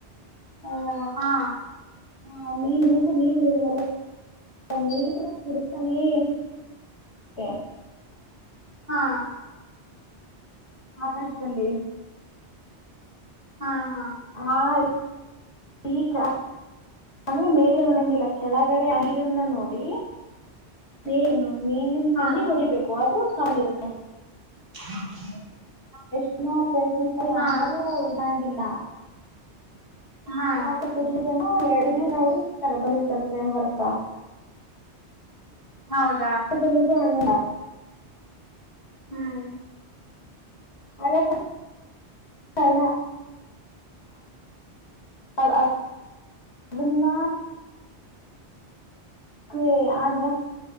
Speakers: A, on the right; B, on the left.
A: ಓ ಹಂ
B: <unintelligible> ನೀರು ತಿರ್ಗ್ತಾನೆ ಇರುತ್ತೆ
A: ಹಾಂ
B: ಆಕಾಶ್ದಲ್ಲಿ
A: ಹಾ ಹಾ
B: ಹಾಂ <unintelligible> ಅಂದ್ರೆ ಮೇಲೆ ನೋಡಂಗಿಲ್ಲ ಕೆಳಗಡೆ ಅ ನೀರನ್ನ ನೋಡಿ <unintelligible> ಮೇನನ್
A: ಹಾ
B: ಕಣ್ಣಿಗ್ ಹೊಡಿಬೇಕು ಅದು ಸ್ಟ್ರಾಂಗ್ ಇರುತ್ತೆ
A: <inaudible>
B: ಇ ಪ್ರಯತ್ನಿಸ್ತಾ ಯಾರು
A: ಹಾ
B: ಇದಾಗಿಲ್ಲ
A: ಹಾ
B: ಹಾಗೆ <unintelligible> ರು ಇರ್ತ ಬಲಿರ್ತಾರೆ ಸೋಮವಾರಕ್ಕ
A: ಹೌದು
B: ತನಕೂ ಹೋಗಲ್ಲ
A: ಹ್ಮ್
B: <unintelligible> ಕರ್ಣ <unintelligible> <inaudible> ಇಲ್ಲ ಕ್ ಅಗಲ್ಲ